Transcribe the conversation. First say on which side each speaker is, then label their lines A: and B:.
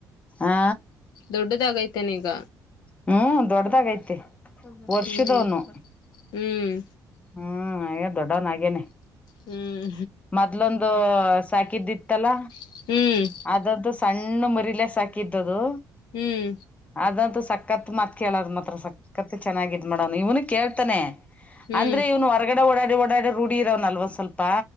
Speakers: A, on the left (about 20°); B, on the left (about 80°).
A: ಹ
B: ದೊಡ್ಡದಾಗೈತನೆ ಈಗ
A: ಹ್ಮ್ ದೊಡ್ಡದಾಗೈತಿ ವರ್ಷದವನು
B: ಹ್ಮ್ ಹ್ಮ್
A: ಹ್ಮ ದೊಡ್ಡವನಾಗೇನೆ
B: ಹ್ಮ್
A: ಮೊದ್ಲೊಂದು ಸಾಕಿದ್ದಿತ್ತಲ್ಲ
B: ಹ್ಮ್ ಹ್ಮ್
A: ಅದಂತೂ ಸಣ್ಣ ಮರಿಲೆ ಸಾಕಿದ್ದದು
B: ಹ್ಮ್
A: ಅದಂತೂ ಕತ್ ಕೇಳೋದ್ ಮಾತ್ರ ಸಕತ್ ಚೆನ್ನಾಗಿ ಇದು ಮಾಡೋನು ಇವನು ಕೇಳ್ತಾನೆ
B: ಹ್ಮ್
A: ಅಂದ್ರೆ
B: ಹ್ಮ್
A: ಇವ್ ಹೊರ್ಗಡೆ ಓಡಾಡಿ ಓಡಾಡೆ ರೂಢಿ ಇರುವನು ಅಲ್ವ ಸ್ವಲ್ಪ